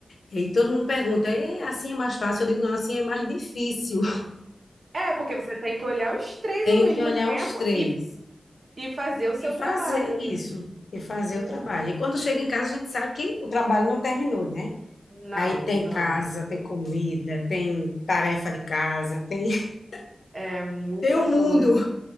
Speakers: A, on the left; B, on the right.
A: E todo mundo pergunta, "É, assim é mais fácil? Eu digo, não, assim é mais difícil. <laughs>
B: É, porque você tem que olhar os três
A: Tenho
B: ao mesmo
A: que olhar
B: tempo
A: os três
B: e, e fazer o seu
A: e fazer
B: trabalho,
A: isso,
B: né?
A: e fazer
B: Hum,
A: o trabalho. E quando chega em casa, a gente sabe que o trabalho não terminou, né?
B: não,
A: Aí tem
B: não.
A: casa, tem comida, tem tarefa de casa, tem, <laughs>
B: É muita
A: tem o
B: coisa.
A: mundo.